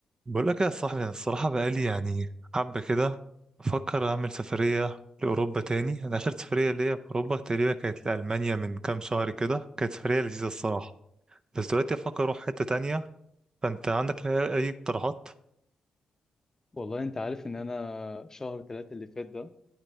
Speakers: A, on the right; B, on the left.
A: بقول لك يا صاحبي أنا الصراحة بقالي يعني حبة كده بفكر أعمل سفرية لأوروبا تاني أنا آخر سفرية ليا في أوروبا تقريبا كانت لألمانيا من كام شهر كده كانت سفرية لذيذة الصراحة بس دلوقتي أفكر أروح حتة تانية فأنت عندك لا- أي اقتراحات؟
B: والله انت عارف ان انا شهر ثلاثة اللي فات ده